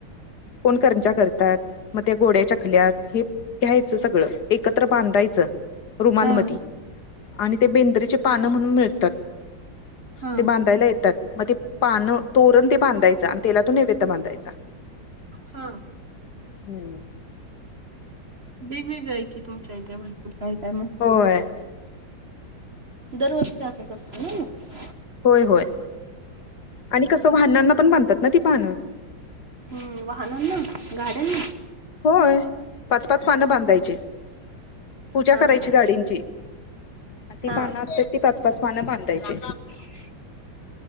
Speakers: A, on the left; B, on the right.
A: कोण करंजा करतात. मग ते गोड्या चकल्यात हे घ्यायचं सगळं, एकत्र बांधायचं रुमाल
B: हा
A: मधी, आणि ते बेंद्रीचे पानं म्हणून मिळतात.
B: हा
A: ते बांधायला येतात. मग ते पानं, तोरण ते बांधायचं, आणि तेलातून नैवेद बांधायचा.
B: हा.
A: हम्म.
B: वेगवेगळं आहे की, तुमच्या इथे भरपूर काय-काय मग.
A: होय.
B: दरवर्षी असच असत ना म.
A: होय-होय, आणि कसं वाहनांना पण बांधतात ना ती पान.
B: हम्म, वाहनांना, गाड्यांना.
A: होय, पाच-पाच पानं बांधायची. पूजा
B: हा
A: करायची
B: हा.
A: गाडीची, आणि ती
B: हा
A: पान असतात ती पाच पाच पान बांधायची.
B: <inaudible>